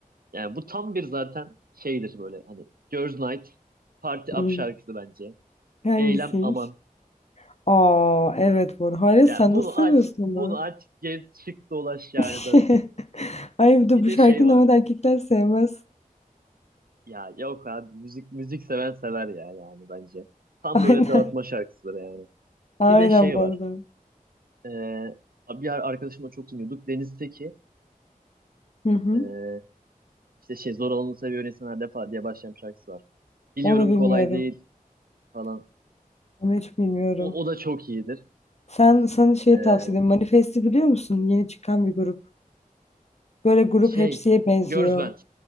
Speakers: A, on the right; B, on the left.
A: yani bu tam bir zaten şeydir böyle hani Girls Night Party Up
B: Hmm.
A: şarkısı bence.
B: Hangisiymiş?
A: Eylem aman.
B: Aa evet bu arada. Hayır
A: Ya
B: sen
A: bunu
B: nasıl seviyorsun
A: aç, bunu
B: onu?
A: aç, gez, çık, dolaş yani
B: <laughs>
A: dağıt.
B: Ay bir de
A: Bir
B: bu
A: de
B: şarkıyı
A: şey var.
B: normalde erkekler sevmez.
A: Ya yok abi müzik müzik seven sever ya yani bence. Tam
B: <laughs> Aynen.
A: böyle dağıtma şarkısıdır yani.
B: Aynen
A: Bir de şey
B: bu
A: var.
B: arada.
A: Ee, bir ar- arkadaşımla çok dinliyorduk. Deniz'teki
B: Hı hı.
A: ee, işte şey zor olanı seviyor insan her defa diye başlayan bir şarkısı var. Biliyorum
B: Onu bilmiyorum.
A: kolay değil falan.
B: Onu hiç bilmiyorum.
A: O, o da çok iyidir.
B: Sen sana şey
A: Ee,
B: tavsiye ederim. Manifest'i biliyor musun? Yeni çıkan bir grup. Böyle grup
A: şey
B: hepsiye benziyor.
A: Girls Band.